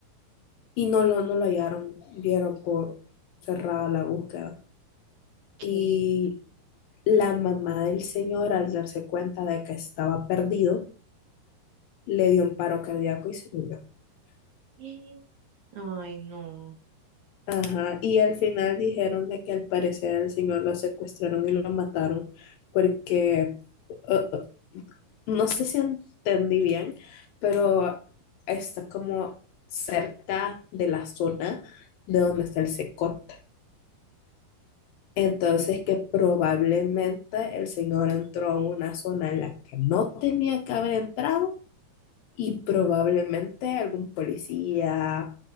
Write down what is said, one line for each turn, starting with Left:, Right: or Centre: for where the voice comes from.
Left: y no lo, no lo hallaron, dieron por cerrada la búsqueda.
Right: ¿Qué?
Left: Y la mamá del señor, al darse cuenta de que estaba perdido, le dio un paro cardíaco y se murió.
Right: Eh, Ay, no,
Left: Ajá, y al final dijeron de que al parecer al señor lo secuestraron y lo mataron porque eh, eh, no sé si entendí bien, pero está como cerca de la zona de donde está el secot. Entonces que probablemente el señor entró a una zona en la que no tenía que haber entrado y probablemente algún policía